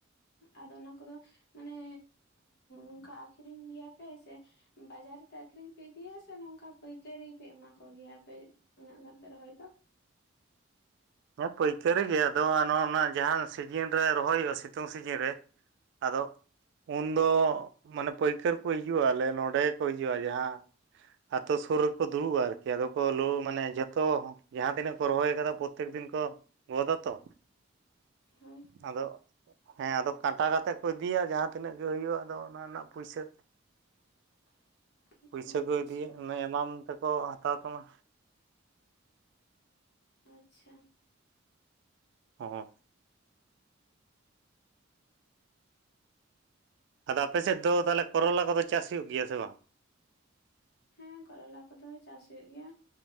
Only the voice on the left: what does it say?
ᱟᱫᱚ ᱚᱱᱟ ᱠᱚᱫᱚ ᱢᱟᱱᱮ ᱱᱝᱠᱟ ᱟᱠᱷᱨᱤᱧ ᱜᱮᱭᱟᱯᱮ ᱥᱮ ᱵᱟᱡᱟᱨ ᱨᱮᱛᱮ ᱟᱠᱷᱨᱤᱧ ᱯᱮ ᱤᱫᱤᱭᱟ ᱥᱮ ᱱᱚᱝᱠᱟ ᱯᱟᱹᱭᱠᱟᱹᱨᱤ ᱯᱮ ᱮᱢᱟ ᱠᱚᱜᱮᱭᱟ ᱟᱯᱮ᱾ ᱩᱱᱟᱹᱜ ᱜᱟᱱ ᱯᱮ ᱨᱚᱦᱚᱭ ᱫᱚ᱾
ᱦᱳᱭ᱾
<inaudible>
ᱟᱪᱪᱷᱟ
ᱟᱪᱪᱷᱟ᱾
ᱦᱮᱸ ᱠᱚᱨᱚᱞᱟ ᱠᱚᱫᱚ ᱪᱟᱥ ᱦᱩᱭᱩᱜ ᱜᱮᱭᱟ᱾